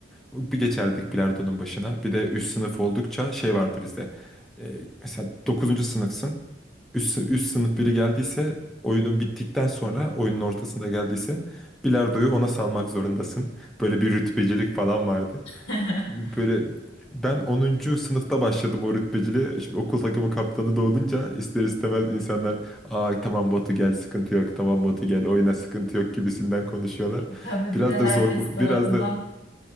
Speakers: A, in the centre; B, on the left.
A: bir geçerdik bilardonun başına. Bir de üst sınıf oldukça şey vardı bizde. Ee, mesela dokuzuncu sınıfsın. Üst, üst sınıf biri geldiyse oyunun bittikten sonra oyunun ortasında geldiyse bilardoyu ona salmak zorundasın. Böyle bir rütbecilik falan vardı.
B: <laughs>
A: Böyle ben onuncu sınıfta başladım o rütbeciliğe. Şimdi okul takımı kaptanı da olunca ister istemez insanlar aa tamam Batu gel sıkıntı yok tamam Batu gel oyna sıkıntı yok gibisinden konuşuyorlar.
B: Tabii bir
A: Biraz
B: de herkes
A: da zor
B: tarafından.
A: biraz da